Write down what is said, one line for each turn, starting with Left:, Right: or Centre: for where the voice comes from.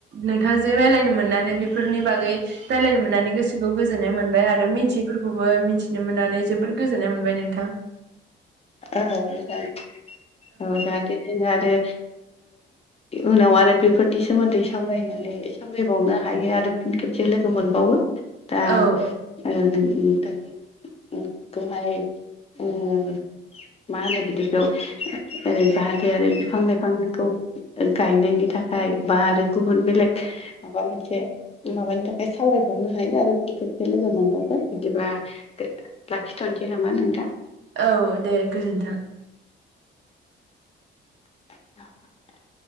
Right: नोंथांजों रायलायनो मोननानै बेफोरनि बागै रायज्लायनो मोननानै गोसोखौ गोजोननाय मोनबाय आरो मिथियफोरखौबो मिथि मिथिनो मोननानै जोबोद गोजोननाय मोनबाय नोंथां
Left: औ मोजां औ जाहाथे ज आरो उनाव आरो बेफोरनि सोमोन्दै सावरायनानै खावायबावनो हायो आरो फिन खेबसे लोगो मोनबावो दाखौहाय
Right: औ औ
Left: <inaudible> मा होनो बिदिखौ जाहाथे आरो बिफां लाइफांखौ गायनायनि थाखाय बा आरो गुबुन बेलेग माबा मोनसे माबानि थाखाय सावरायबावनो हायो आरो फि खेबसे लोगो मोनबावगोन बिदिबा लाखिथ'नोसै नामा नोंथां
Right: औ दे गोजोन्थों
Left: <inaudible>